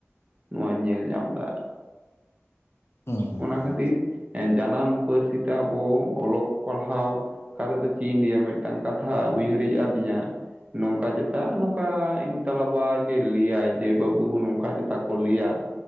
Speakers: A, on the right; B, on the left.
A: ᱱᱚᱣᱟᱧ ᱧᱮᱞ ᱧᱟᱢ ᱮᱫᱟ᱾
B: ᱦᱩᱸ ᱦᱩᱸ
A: ᱚᱱᱟ
B: ᱦᱩᱸ
A: ᱠᱷᱟᱹᱛᱤᱨ ᱡᱟᱱᱟᱢ ᱯᱟᱹᱨᱥᱤ ᱛᱮ ᱟᱵᱚ ᱚᱞᱚᱜ ᱯᱟᱲᱦᱟᱣ᱾ ᱠᱟᱛᱷᱟ ᱫᱚ ᱪᱮᱫ ᱤᱧ ᱞᱟᱹᱭ ᱟ ᱢᱤᱫᱴᱟᱝ ᱠᱟᱛᱷᱟ ᱩᱭᱦᱟᱹᱨ ᱦᱮᱡ ᱟᱹᱫᱤᱧᱟ᱾ ᱱᱚᱝᱠᱟ ᱪᱮᱛᱟ ᱱᱚᱝᱠᱟ ᱤᱧ ᱛᱟᱞᱟᱵᱟ ᱞᱟᱹᱭ ᱟᱭ ᱡᱮ ᱵᱟᱹᱵᱩ ᱱᱚᱝᱠᱟ ᱪᱮᱛᱟ ᱠᱚ ᱞᱟᱹᱭᱟ